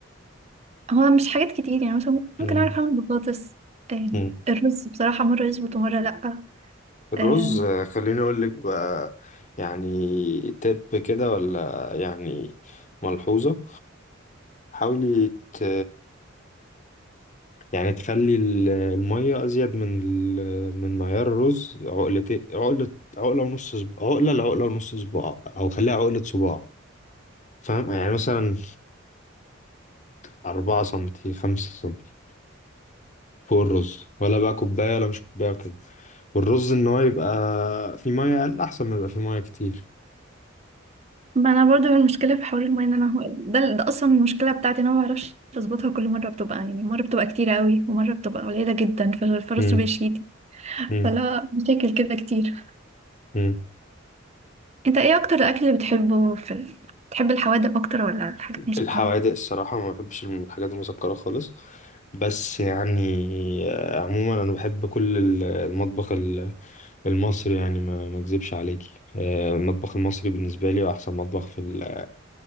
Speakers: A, on the right; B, on the left.
A: هو مش حاجات كتير يعني مثلا ممكن
B: مم.
A: اعرف اعمل بطاطس آه،
B: مم.
A: الرز بصراحة مرة يظبط ومرة لأ
B: الرز
A: آه،
B: آه، خليني اقول لك بقى يعني تب كده ولا يعني ملحوظة حاولي ت... يعني تخلي ال- المية أزيد من ال... من معيار الرز عقلتين عقلة عقلة ونص صباع عقلة لعقلة ونص صباع أو خليها عقلة صباع فاهم يعني مثلا أربعة سنتي خمسة سنتي فوق الرز ولا بقى كوباية ولا مش كوباية والرز ان هو يبقى في ميه اقل احسن ما يبقى في ميه كتير
A: ما انا برضو المشكله في حوار المايه ان انا هو- ده, ده اصلا المشكله بتاعتي ان انا ما بعرفش اظبطها كل مره بتبقى يعني مره بتبقى كتير قوي ومره بتبقى قليله جدا فالفرص
B: امم
A: بيشيتي
B: امم
A: فلا مشاكل كده كتير
B: امم
A: انت ايه اكتر الاكل اللي بتحبه في ال... بتحب الحوادق اكتر ولا الحاجات المسكره
B: الحوادق الصراحه ما بحبش الحاجات المسكره خالص بس يعني آه، عموما انا بحب كل ال- المطبخ ال- المصري يعني ما ما اكذبش عليكي آه، المطبخ المصري بالنسبه لي هو احسن مطبخ في ال-